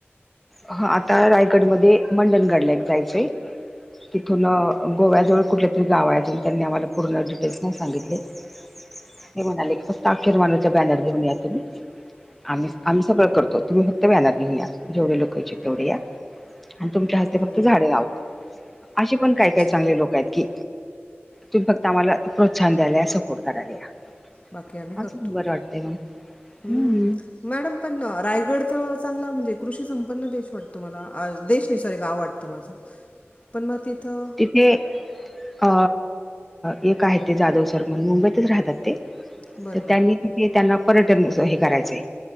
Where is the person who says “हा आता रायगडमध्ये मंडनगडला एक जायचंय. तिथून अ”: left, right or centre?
Centre